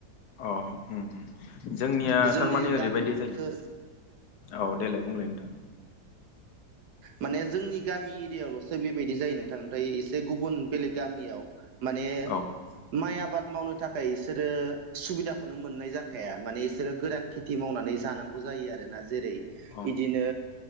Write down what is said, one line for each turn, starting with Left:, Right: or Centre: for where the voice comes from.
Left: अ उम उम जोंनिया
Right: जोंनि
Left: थारमाने ओरैबायदि
Right: गामियावल'सो
Left: जायो। औ देलाय बुंलाय नोंथां।
Right: माने जोंनि गामि एरियायावल'सो बेबायदि जायो नोंथां नाथाय एसे गुबुन बेलेग गामियाव माने
Left: औ
Right: माइ आबाद मावनो थाखाय बिसोरो सुबिदाखौनो मोननाय जाखाया माने बिसोरो गोरान खेथि मावनानै जानांगौ जायो आरोना जेरै
Left: अ
Right: बिदिनो